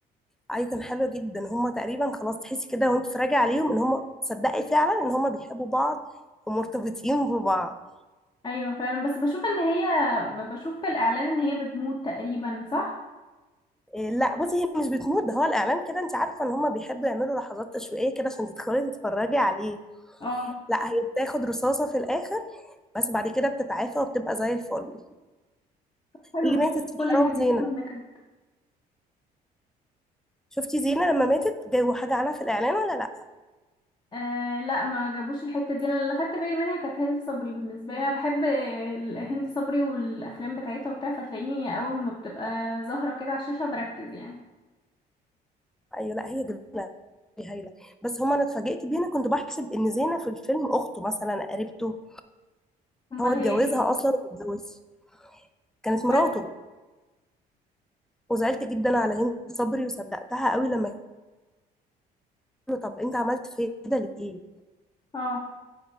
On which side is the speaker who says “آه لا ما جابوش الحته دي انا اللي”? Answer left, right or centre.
Left